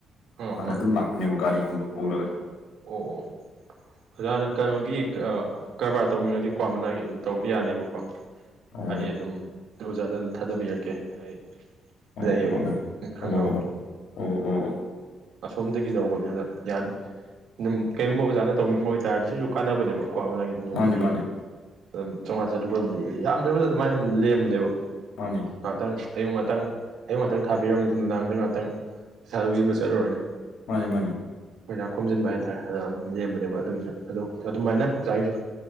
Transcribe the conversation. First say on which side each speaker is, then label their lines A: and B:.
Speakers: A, on the right (about 75°); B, on the left (about 80°).
A: ꯑꯥ
B: ꯍꯥꯟꯅ
A: ꯍꯣꯏ
B: ꯑꯗꯨꯝ
A: ꯑꯣ
B: ꯂꯥꯛ ꯅꯤꯕꯨ ꯒꯥꯔꯤꯒꯨꯝꯕ ꯄꯨꯔꯒ
A: ꯑꯣ ꯑꯣ ꯑꯣꯖꯥ ꯑꯗ ꯀꯩꯅꯣꯒꯤ ꯀꯑꯥ ꯀꯔꯕꯥꯔ ꯇꯧꯅꯤꯡꯉꯗꯤ ꯀ꯭ꯋꯥ ꯃꯅꯥꯒꯤ ꯑꯗꯨꯝ ꯇꯧꯕ ꯌꯥꯅꯤꯕꯀꯣ
B: ꯑꯣ
A: ꯍꯥꯏꯗꯤ ꯑꯗꯨꯝ ꯗꯨ ꯑꯣꯖꯥꯗ ꯑꯗꯨꯝ ꯊꯥꯗꯕꯤꯔꯛꯀꯦ ꯑꯩ
B: ꯑꯣ
A: ꯂꯩꯌꯦꯕ ꯑꯩ ꯈꯪꯅꯕ
B: ꯑꯣ ꯑꯣ ꯑꯣꯑꯣ
A: ꯑꯁꯣꯝꯗꯒꯤ ꯌꯧꯕꯅꯦ ꯑꯗꯣ ꯌꯥꯅꯤ ꯗꯨꯝ ꯀꯩꯒꯨꯝꯕ ꯑꯣꯖꯥꯅ ꯇꯧꯅꯤꯡꯕ ꯑꯣꯏꯇꯥꯥꯔꯗꯤ ꯁꯤꯁꯨ ꯀꯥꯟꯅꯕꯅꯦꯕ ꯀ꯭ꯋꯥ ꯃꯅꯥꯒꯤ ꯅꯣꯡꯃꯒꯤ
B: ꯃꯥꯅꯦ ꯃꯥꯅꯦ
A: ꯑꯗꯨꯝ ꯆꯪꯉ꯭ꯋꯥ ꯆꯇ꯭ꯔꯨꯛ <unintelligible> ꯌꯥꯝꯗ꯭ꯔꯕꯗ ꯑꯗꯨꯃꯥꯏꯅ ꯑꯗꯨꯝ ꯂꯦꯝꯕꯅꯦꯕ
B: ꯃꯥꯅꯤ
A: ꯉꯥꯇꯪ ꯑꯌꯨꯛ ꯉꯇꯪ ꯑꯌꯨꯛ ꯉꯇꯪ ꯊꯥꯕꯤꯔꯝꯃꯅꯤ ꯅꯨꯡꯗꯥꯡꯗ ꯉꯇꯪ ꯏꯁꯥ ꯂꯧꯖꯤꯟꯕꯆ ꯏꯂꯨꯔꯅꯤ
B: ꯃꯥꯟꯅꯦ ꯃꯥꯟꯅꯦ
A: ꯄꯩꯁꯥ ꯈꯣꯝꯖꯤꯟꯕ ꯍꯥꯏꯇꯥꯔꯦ ꯑꯗ ꯂꯦꯝꯕꯅꯦꯕ ꯑꯗꯨꯒꯤꯁꯨ ꯑꯗꯨ ꯑꯗꯨꯃꯥꯏꯅ ꯑꯣꯖꯥꯒꯤꯁꯨ